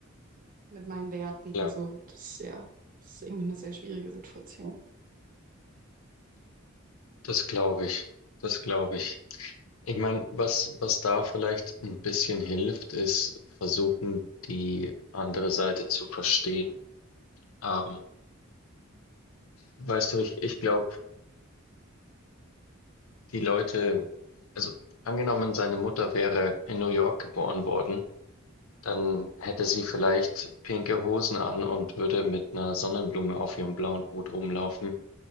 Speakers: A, on the right; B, on the left.
A: mit meinen Werten
B: Klar,
A: und so. Und das ist ja, das ist irgendwie eine sehr schwierige Situation.
B: das glaube ich. Das glaube ich. Ich meine, was, was da vielleicht ein bisschen hilft, ist versuchen, die andere Seite zu verstehen. Ähm, weißt du, ich, ich glaube, die Leute, also angenommen, seine Mutter wäre in New York geboren worden, dann hätte sie vielleicht pinke Hosen an und würde mit einer Sonnenblume auf ihrem blauen Hut rumlaufen.